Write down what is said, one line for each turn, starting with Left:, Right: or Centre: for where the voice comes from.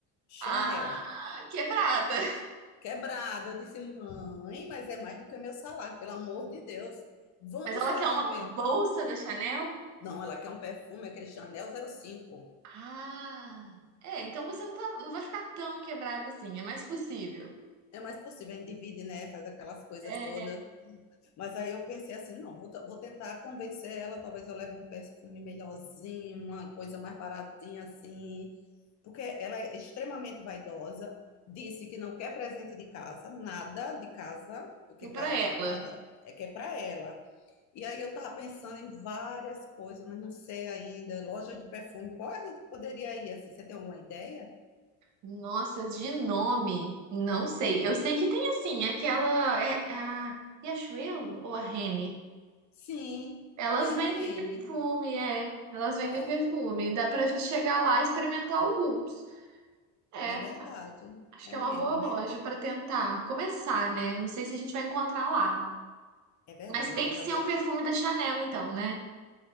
Left: Chanel,
Right: Ah, quebrada.
Left: quebrada. Eu disse, mãe, mas é mais do que o meu salário, pelo amor de Deus. Vamos
Right: Mas ela
Left: fazer
Right: quer uma
Left: um meu.
Right: bolsa da Chanel?
Left: Não, ela quer um perfume, aquele Chanel zero cinco.
Right: Ah, é, então você não, tá, não vai ficar tão quebrada assim, é mais possível.
Left: É mais possível, a gente divide, né? Faz aquelas coisas
Right: É,
Left: todas. Mas aí eu pensei assim, não, vou, t- vou tentar convencer ela, talvez eu leve um perfume melhorzinho, uma coisa mais baratinha assim. Porque ela é extremamente vaidosa, disse que não quer presente de casa, nada de casa, porque
Right: é
Left: casa
Right: pra ela.
Left: é para casa, é que é para ela. E aí eu estava pensando em várias coisas, mas não sei ainda. Loja de perfume, qual é a gente poderia ir assim? Você tem alguma ideia?
Right: Nossa, de nome, não sei. Eu sei que tem assim, aquela é a Riachuelo ou a Renner?
Left: Sim,
Right: Elas
Left: tem
Right: vendem
Left: a Rene.
Right: perfume, é. Elas vendem
Left: Ver-
Right: perfume. Dá pra gente chegar lá e experimentar alguns. É,
Left: É verdade.
Right: acho
Left: É
Right: que é
Left: mesmo,
Right: uma boa
Left: né?
Right: loja pra tentar começar, né? Não sei se a gente vai encontrar lá.
Left: É verdade,
Right: Mas tem
Left: a gente
Right: que
Left: já
Right: ser
Left: vai.
Right: um perfume da Chanel, então, né?